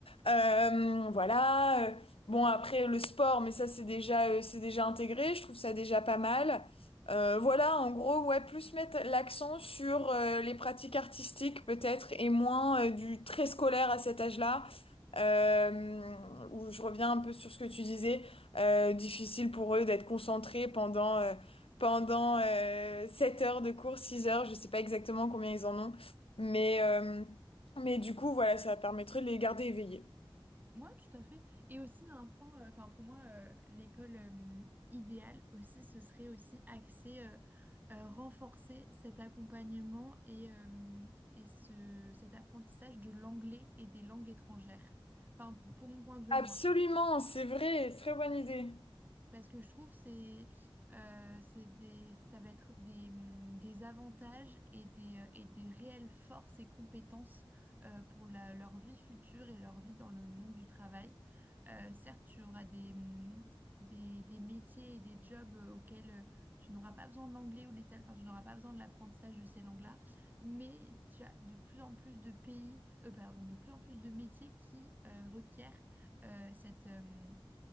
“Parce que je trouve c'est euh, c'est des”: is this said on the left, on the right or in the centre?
Right